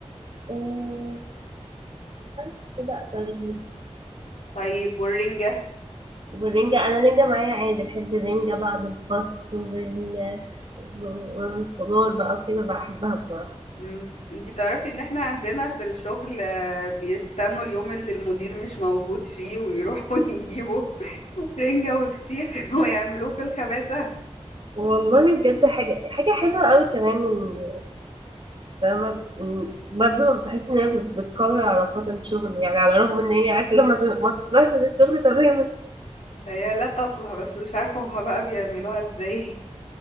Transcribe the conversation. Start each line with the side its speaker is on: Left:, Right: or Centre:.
Right: آه، بس لا طيب
Left: طيب والرنجة
Right: والرنجة أنا رنجة معايا عادي بحب الرنجة بقى بالخس وبال والخضار بقى وكده بحبها بصراحة
Left: مم. انتي تعرفي ان احنا عندنا في الشغل آه، بيستنوا اليوم اللي المدير مش موجود فيه ويروحوا <laughs> يجيبوا رنجة وفسيخ <laughs> ويعملوه في الخباسة
Right: والله بجد حاجة حاجة حلوة قوي كمان إن- فاهمة إن- برضو بحس إن هي بت- بتقوي علاقات الشغل يعني على الرغم إن هي أكلة ما ت- ما تصلحش للشغل تماما
Left: هي لا تصلح بس مش عارفة هما بقى بيعملوها ازاي